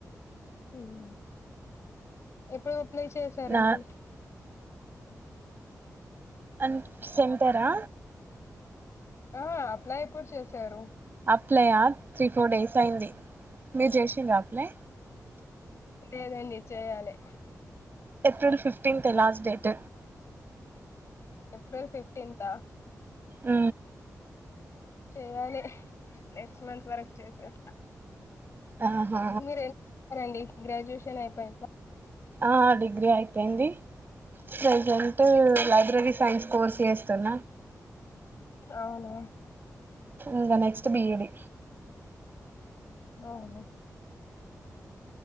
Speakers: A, on the left (about 50°); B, on the right (about 35°).
A: ఉహూ ఇప్పుడు అప్లై చేశారండి.
B: నా అంట్ సెంటరా
A: ఆ అప్లై ఎప్పుడు చేసారు.
B: అప్లయా త్రీ ఫోర్ డేస్ అయింది మీరు చేసిండ్రా అప్లై
A: లేదండి చేయాలే.
B: ఏప్రిల్ ఫిఫ్టీన్తే లాస్ట్ డేట్
A: ఏప్రిల్ ఫిఫ్టీంత
B: ఊ
A: చేయాలే. నెక్స్ట్ మంత్ వరక్ చేసేస్తా
B: ఆహా
A: మీరేమ్ చేస్తారండి గ్రాడ్యుయేషన్ అయిపోయినంక
B: ఆ డిగ్రీ అయిపోయింది. ప్రజంట్ లైబ్రరీ సైన్స్ కోర్సు చేస్తున్న
A: అవును.
B: ఇంకా నెక్స్ట్ బిఈడి.
A: అవును ఉహ్